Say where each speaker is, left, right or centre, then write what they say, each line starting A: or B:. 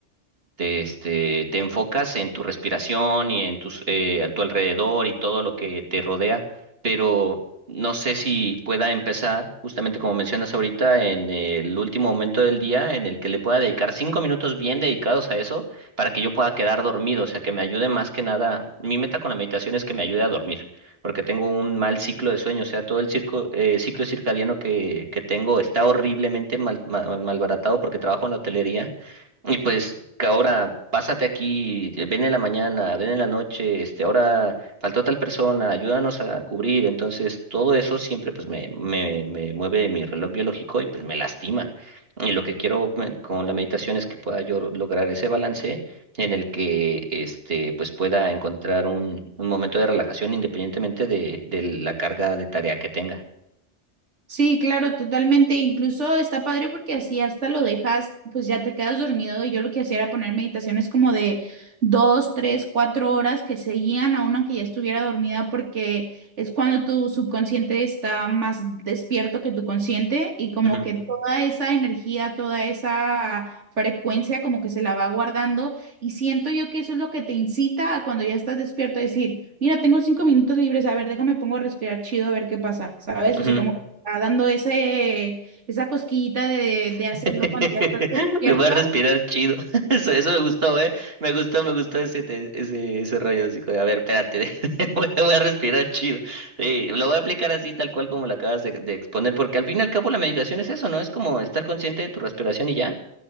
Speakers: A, on the right; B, on the right.
A: te, este, te enfocas en tu respiración y en tus, eh, a tu alrededor y todo lo que te rodea, pero no sé si pueda empezar, justamente como mencionas ahorita, en el último momento del día en el que le pueda dedicar cinco minutos bien dedicados a eso para que yo pueda quedar dormido, o sea, que me ayude más que nada. Mi meta con la meditación es que me ayude a dormir, porque tengo un mal ciclo de sueño, o sea, todo el circo, eh, ciclo circadiano que, que tengo está horriblemente mal, mal- malbaratado porque trabajo en la hotelería y pues que ahora pásate aquí, eh, ven en la mañana, ven en la noche, este, ahora faltó tal persona, ayúdanos a cubrir. Entonces, todo eso siempre pues me, me, me mueve mi reloj biológico y pues me lastima. Y lo que quiero me- con la meditación es que pueda yo lograr ese balance en el que este pues pueda encontrar un, un momento de relajación independientemente de, de la carga de tarea que tenga.
B: Sí, claro, totalmente. Incluso está padre porque así hasta lo dejas, pues ya te quedas dormido. Y yo lo que hacía era poner meditaciones como de dos, tres, cuatro horas que seguían a uno que ya estuviera dormida porque es cuando tu subconsciente está más despierto que tu consciente y como
A: Ujú,
B: que toda esa energía, toda esa frecuencia como que se la va guardando y siento yo que eso es lo que te incita a cuando ya estás despierto a decir, mira, tengo cinco minutos libres, a ver, déjame pongo a respirar chido, a ver qué pasa, ¿sabes?
A: ujú.
B: O sea, como que te va dando ese, esa cosquillita de, de hacerlo
A: <laughs>
B: cuando ya estás despierto
A: Me voy a respirar chido. <laughs> Eso, eso me gustó, eh. Me gustó, me gustó ese, te- ese, ese rollo. Así como, a ver, espérate, <laughs> voy a voy a respirar chido. Sí, lo voy a aplicar así, tal cual como lo acabas de, de exponer, porque al fin y al cabo la meditación es eso, ¿no? Es como estar consciente de tu respiración y ya.